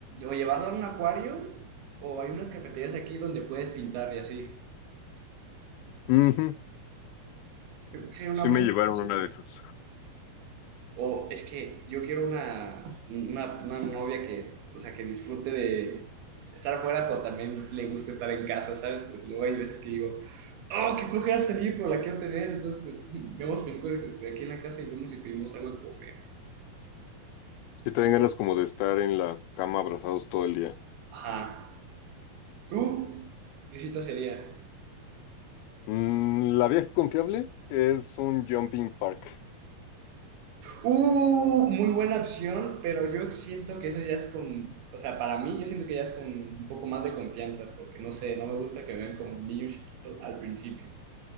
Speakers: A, on the right (about 90°); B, on the left (about 80°).
A: o llevarla a un acuario o hay unas cafeterías aquí donde puedes pintar y así.
B: Ujú,
A: Yo creo que sería una
B: Sí
A: muy
B: me llevaron
A: buena
B: una de esas.
A: cita. O es que yo quiero una, una, una novia que, o sea, que disfrute de estar afuera, pero también le guste estar en casa, ¿sabes? Porque luego hay veces que digo, oh, qué flojera salir, pero la quiero tener. Entonces, pues, <laughs> vemos películas que estoy aquí en la casa y vemos y pedimos algo de comer.
B: Sí te dan ganas como de estar en la cama abrazados todo el día.
A: Ajá. ¿Tú? ¿Qué cita sería?
B: Mm, la vieja confiable es un jumping park.
A: Uh, muy buena opción, pero yo siento que eso ya es con, o sea, para mí yo siento que ya es con un poco más de confianza, porque no sé, no me gusta que me vean como un niño chiquito al principio.